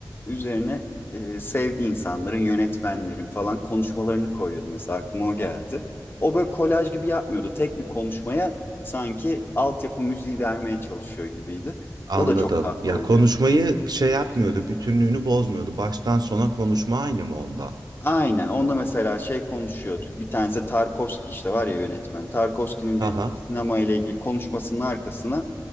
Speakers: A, on the left; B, on the right.
A: üzerine e, sevdiği insanların, yönetmenlerin falan konuşmalarını koyuyordu mesela aklıma o geldi. O böyle kolaj gibi yapmıyordu. Tek bir konuşmaya sanki altyapı müziği vermeye çalışıyor gibiydi.
B: Anladım.
A: O da çok tatlı
B: Ya
A: oluyor.
B: konuşmayı şey yapmıyordu, bütünlüğünü bozmuyordu. Baştan sona konuşma aynı mı onda?
A: Aynen. Onda mesela şey konuşuyorduk. Bir tanesi Tarkovski işte var ya yönetmen. Tarkovski'nin
B: Aha,
A: bir sinema ile ilgili konuşmasının arkasına